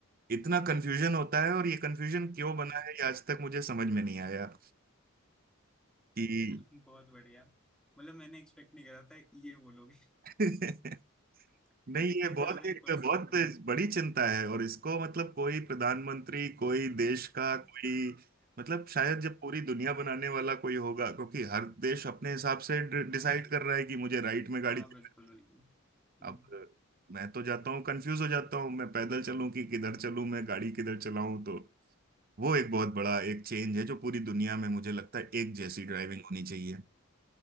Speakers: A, on the right (about 45°); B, in the centre.
A: इतना कंफ्यूजन होता है और ये कंफ्यूजन क्यों
B: हाँ
A: बना है ये आज तक मुझे समझ में नहीं आया कि
B: बहुत बढ़िया मतलब मैंने एक्सपेक्ट नहीं करा था ये बोलोगे
A: <laughs>
B: <laughs>
A: नहीं
B: कुछ
A: ये बहुत
B: ज्यादा ही
A: एक
B: पर्सनल
A: बहुत बड़ी चिंता है और इसको मतलब कोई प्रधानमंत्री कोई देश का
B: हो
A: कोई मतलब शायद जब पूरी दुनिया बनाने वाला कोई होगा क्योंकि हर देश अपने हिसाब से डिसाइड कर रहा है कि मुझे राइट में गाड़ी
B: हाँ
A: चलानी
B: बिल्कुल बिल्कुल हम्म,
A: है। अब मैं तो जाता हूँ कंफ्यूज हो जाता हूँ मैं पैदल चलूं कि किधर चलूं मैं गाड़ी किधर चलाऊं तो वो एक बहुत बड़ा एक चेंज है जो पूरी दुनिया में मुझे लगता है एक जैसी ड्राइविंग होनी चाहिए